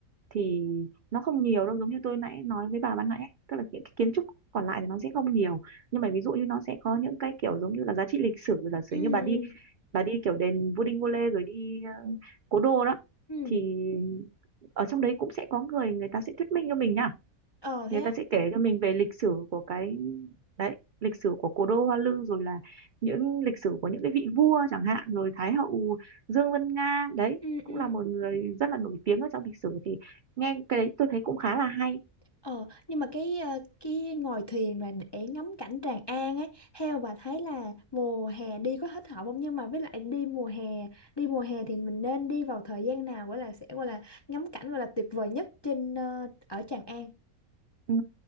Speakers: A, on the right; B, on the left.
A: thì nó không nhiều đâu giống như tôi nãy nói với bà ban nãy ấy. tức là những cái kiến trúc còn lại thì nó sẽ không nhiều nhưng mà ví dụ như nó sẽ có những cái kiểu giống như là giá trị lịch sử giả sử
B: ừ ừ
A: như bà đi bà đi kiểu đền Vua Đinh Vua Lê rồi đi ờ, cố đô đó
B: ừ
A: thì ở trong đấy cũng sẽ có người người ta sẽ thuyết minh cho mình nha
B: ờ
A: người
B: thế á.
A: ta sẽ kể cho mình về lịch sử của cái đấy lịch sử của cố đô Hoa Lư rồi là những lịch sử của những cái vị vua chẳng hạn rồi Thái hậu Dương Vân Nga đấy
B: Ừ
A: cũng
B: ừ
A: là một người rất là nổi tiếng ở trong lịch sử thì nghe cái đấy tôi thấy cũng khá là hay
B: Ờ, nhưng mà cái ờ, cái ngồi thuyền mà để ngắm cảnh Tràng An ấy, theo bà thấy là mùa hè đi có hết hợp không? Nhưng mà với lại đi mùa hè, đi mùa hè thì mình nên đi vào thời gian nào gọi là sẽ gọi là ngắm cảnh gọi là tuyệt vời nhất trên ờ, ở Tràng An.
A: Ừ.